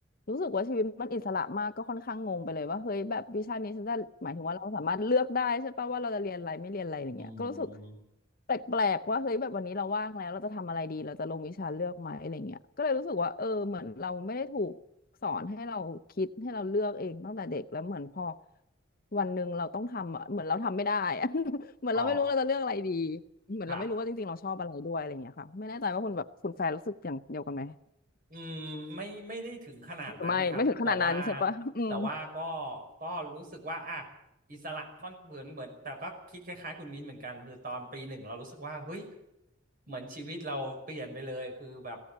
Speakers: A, on the left (about 45°); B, on the right (about 45°).
A: รู้สึกว่าชีวิตมันอิสระมากก็ค่อนข้างงงไปเลยว่าเฮ้ยแบบวิชานี้ฉันจะหมายถึงว่าเราสามารถเลือกได้ใช่ปะว่าเราจะเรียนอะไรไม่เรียนอะไรอย่างเงี้ยก็รู้สึก
B: อืม
A: แปลกๆว่าเฮ้ยแบบวันนี้เราว่างแล้วเราจะทำอะไรดีเราจะลงวิชาเลือกไหมอะไรเงี้ยก็เลยรู้สึกว่าเออเหมือนเราไม่ได้ถูกสอนให้เราคิดให้เราเลือกเองตั้งแต่เด็กแล้วเหมือนพอวันหนึ่งเราต้องทำอะเหมือนเราทำไม่ได้อะ <laughs> เหมือนเราไม่รู้เราจะเลือกอะไรดี
B: อ๋อ
A: เหมือนเราไม่รู้ว่าจริงๆเราชอบอะไรด้วยอะไรเงี้ยค่ะไม่แน่ใจว่าคุณแบบคุณแฟนรู้สึกอย่างเดียวกันไหม
B: ครับ อืมไม่ไม่ได้ถึงขนาดนั้นครับแต่ว่า
A: ไม่ไม่ถึงขนาดนั้นใช่ปะอืม
B: แต่ว่าก็ก็รู้สึกว่าอ่ะอิสระค่อนเหมือนเหมือนแต่ก็คิดคล้ายๆคุณมิ้นเหมือนกันคือตอนปีหนึ่งเรารู้สึกว่าเฮ้ยเหมือนชีวิตเราเปลี่ยนไปเลยคือแบบ